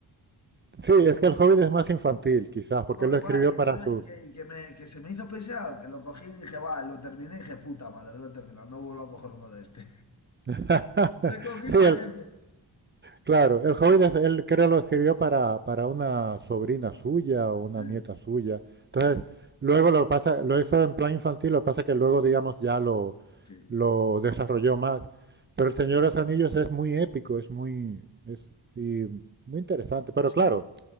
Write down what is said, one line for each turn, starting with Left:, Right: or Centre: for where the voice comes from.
Right: es- sí, es que el Hobbit es más infantil, quizás, porque
Left: No,
Right: él lo
Left: igual,
Right: escribió
Left: eh,
Right: para
Left: no,
Right: su...
Left: y que, y que me- que se me hizo pesado, que lo cogí y dije, va, lo terminé y dije, puta madre, lo he terminado, no vuelvo a coger uno de este.
Right: <laughs>
Left: <laughs> Te cogí
Right: sí,
Left: paquete.
Right: el- claro, el Hobbit es- él creo lo escribió para, para una sobrina suya o una
Left: Sí,
Right: nieta suya. Entonces,
Left: no,
Right: luego lo pasa, lo hizo en plan infantil, lo que pasa que luego, digamos, ya lo,
Left: sí.
Right: lo desarrolló más. Pero el Señor de los Anillos es muy épico, es muy, es, y muy interesante. Pero
Left: Sí.
Right: claro,